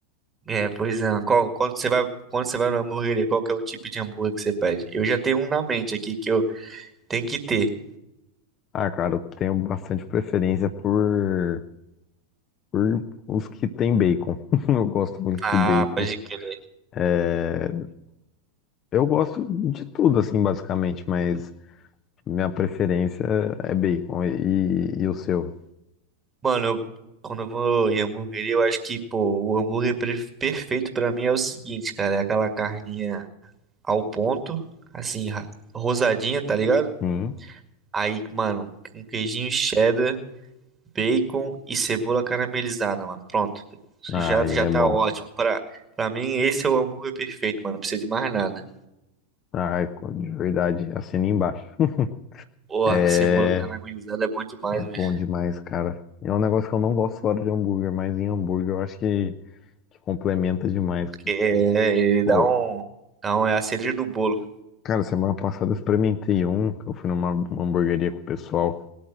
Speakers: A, on the right (about 20°); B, on the left (about 30°).
A: É, pois é. Qual- quando você vai, quando você vai na hambúrgueria, qual que é o tipo de hambúrguer que você pede? Eu já tenho um na mente aqui que eu tenho que ter.
B: Ah, cara, eu tenho bastante preferência por, por os que tem bacon. <laughs> Eu gosto muito
A: Ah,
B: de bacon.
A: pode crer.
B: É, eu gosto de tudo, assim, basicamente, mas minha preferência é bacon. E, e o seu?
A: Mano, eu, quando eu vou em hambúrgueria, eu acho que, pô, o hambúrguer pre- perfeito pra mim é o seguinte, cara, é aquela carninha ao ponto, assim, ra- rosadinha, tá ligado?
B: Hum?
A: Aí, mano, um queijinho cheddar, bacon e cebola caramelizada, mano. Pronto. Isso
B: Ai,
A: já, já
B: é
A: tá
B: bom.
A: ótimo. Pra, pra mim, esse é o hambúrguer perfeito, mano. Não precisa de mais nada.
B: Ai, de verdade, assina embaixo. <laughs>
A: Pô,
B: É,
A: cebola caramelizada é bom demais,
B: É bom
A: velho.
B: demais, cara. É um negócio que eu não gosto fora de hambúrguer, mas em hambúrguer eu acho que, que complementa demais.
A: que é, ele
B: Pô,
A: dá um, dá um. É a cereja do bolo.
B: cara, semana passada eu experimentei um, que eu fui numa hamburgueria com o pessoal.